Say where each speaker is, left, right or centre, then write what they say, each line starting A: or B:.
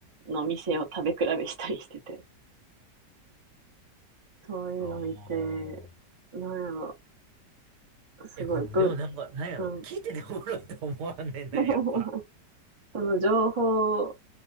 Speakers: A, on the right (about 45°); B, on the right (about 70°).
A: の店を食べ比べしたりしてて、そういうの見て、
B: ああ。
A: なんやろ、すごい、
B: え、ごめん、
A: ぶ、
B: でもなんか、なんやろ。
A: うん。
B: 聞いてておもろいと思わんねんな、
A: <laughs>
B: やっぱ。
A: その情報